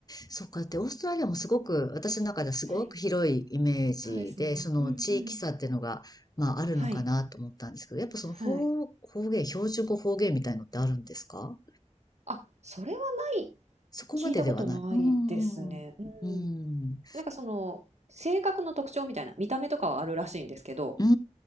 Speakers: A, on the left; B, on the right.
A: そっか、で、オーストラリアもすごく、私の中ではすごく広いイメージで、
B: はい。そうですね。
A: その地域差っていうのが、
B: うんうん。
A: まあ、あるのかなと思ったんですけど、
B: はい。
A: やっぱその方、
B: はい。
A: 方言、標準語方言みたいのってあるんですか
B: あ、それはない、
A: そこまでではない。
B: 聞いたことないですね。
A: うーん。うーん。
B: うん。なんかその、性格の特徴みたいな、見た目とかはあるらしいんですけど、
A: うー